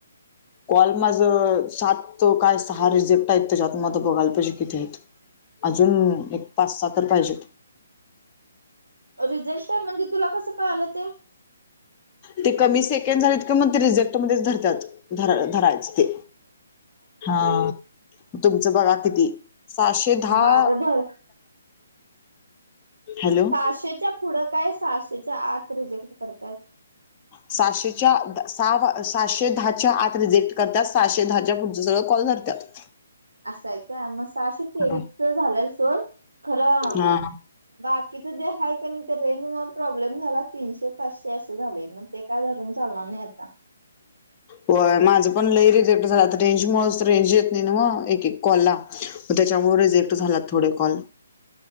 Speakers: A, on the left; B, on the right.
A: कॉल माझं सात काय सहा रिझेक्ट आहेत त्याजात म आता बघायला पाहिजे किती आहेत. अजून एक पाच-सहा तर पाहिजे.
B: रिजेक्ट आहे म्हणजे तुला कसं कळालं ते?
A: ते कमी सेकंड झालेत कि मग ते रिजेक्ट मध्येच धरत्यात. धरळ धरायचा ते हा. तुमचा बघा किती सहाशे दहा.
B: माझं
A: <inaudible>
B: भर
A: हॅलो
B: सहाशेच्या पुढं काय सहाशेच्या आत रिजेक्ट करत्यात.
A: सहाशेच्या द सहावा सहाशे दहाच्या आत रिजेक्ट करता सहाशे दहाच्या पुढचं सगळं कॉल धरत्यात.
B: असंय काय म सहाशे तेवीसचा
A: हा
B: झालं सोड खरं
A: हा
B: बाकीचा दे हाय का नाही तर रेंजमुळं प्रॉब्लेम झालात तीनशे पाचशे असं झालंय मग ते काय धरून चालणार नाही आता.
A: होय माझं पण लई रिजेक्ट झालं आता रेंजमुळं रेंज येत नाय ना म एक एक कॉलला पण त्याच्यामुळे रिजेक्ट झाल्यात थोडे कॉल.